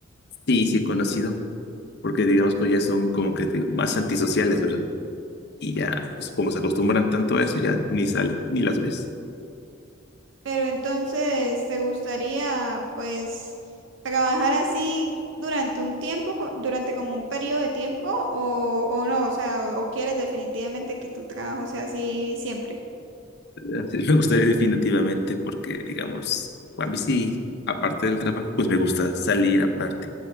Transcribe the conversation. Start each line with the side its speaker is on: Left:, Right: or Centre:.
Left: sí, sí he conocido, porque digamos pues ya son como que te- más antisociales, ¿verdad? Y ya, pues como se acostumbran tanto a eso, ya ni salen, ni las ves.
Right: Pero entonces, ¿te gustaría pues trabajar así durante un tiempo, co- durante como un periodo de tiempo o, o no? O sea, o, o quieres definitivamente que tu trabajo sea así siempre?
Left: ¿Verdad? Sí, <laughs> me gustaría definitivamente porque, digamos, a mí sí, aparte del trabajo, pues me gusta salir aparte